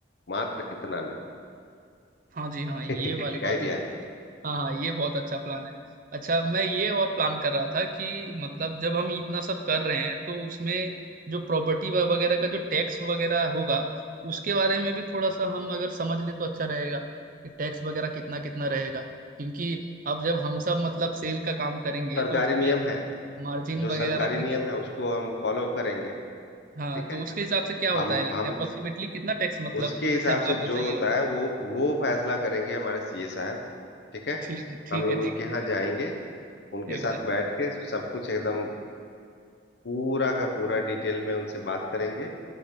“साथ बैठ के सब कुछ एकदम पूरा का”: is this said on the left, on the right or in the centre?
Left